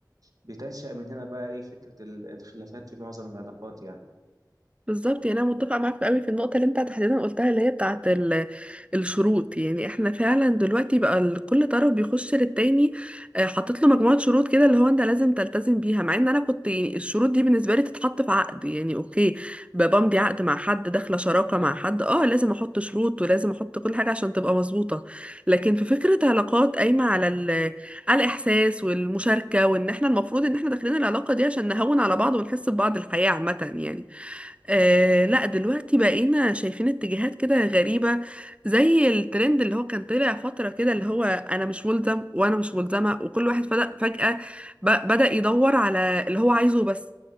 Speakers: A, on the right; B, on the right.
A: بتنشأ من هنا بقى إيه فكرة ال- الخلافات في معظم العلاقات يعني
B: بالظبط يعني انا متفقه معاك قوي في النقطه اللي انت تحديدا قلتها اللي هي بتاعه ال- الشروط يعني احنا فعلا دلوقتي بقى ال- كل طرف بيخش للتاني آه، حاطط له مجموعه شروط كده اللي هو انت لازم تلتزم بيها مع ان انا كنت يعني الشروط دي بالنسبه لي تتحط في عقد يعني اوكي ب- بمضي عقد مع حد داخله شراكه مع حد اه لازم احط شروط ولازم احط كل حاجه عشان تبقى مظبوطه لكن في فكره علاقات قايمه على ال- على الاحساس والمشاركه وان احنا المفروض ان احنا داخلين العلاقه دي عشان نهون على بعض ونحس ببعض الحياه عامه يعني آه لا دلوقتي بقينا شايفين اتجاهات كده غريبة زي الترند اللي هو كان طلع فترة كده اللي هو أنا مش ملزم وأنا مش ملزمة وكل واحد فجأة, فجأة ب- بدأ يدور على اللي هو عايزه بس